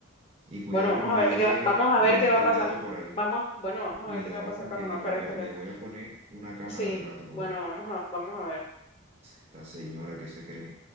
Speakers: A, on the right; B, on the left.
A: Y cuidado
B: Bueno, vamos
A: como
B: a
A: yo
B: ver qué
A: llegue
B: va, vamos a
A: y
B: ver
A: no
B: qué
A: esté
B: va a
A: el
B: pasar.
A: gato por ahí.
B: Vamos, bueno, vamos
A: Cuidado,
B: a ver qué va a pasar
A: como
B: cuando
A: que
B: no
A: yo
B: aparezca
A: le voy a, le
B: el gato.
A: voy a poner una cámara
B: Sí,
A: al gato, padre.
B: bueno, vamos a, vamos a ver.
A: Esta señora que se cree.